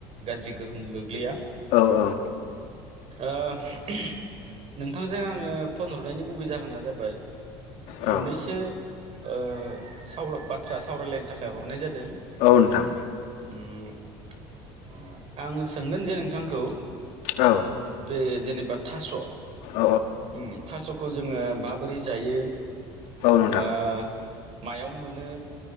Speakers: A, on the right (about 50°); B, on the left (about 75°).
A: गाज्रि गोहोम गोग्लैया।
B: औ औ।
A: ओ <unintelligible> नोंथांजों आङो फन हरनायनि गुबै जाहोना जाबाय
B: औ
A: मोननैसो ओ सावला बाथ्रा सावरायलायनो थाखाय हरनाय जादों। जों
B: औ नोंथां
A: उम। आङो सोंगोन जे नोंथांखौ
B: औ
A: बे जेनबा थास'
B: औ
A: उम थास'खौ जोङो माबोरै जायो?
B: नोंथां
A: ओ मायाव मोनो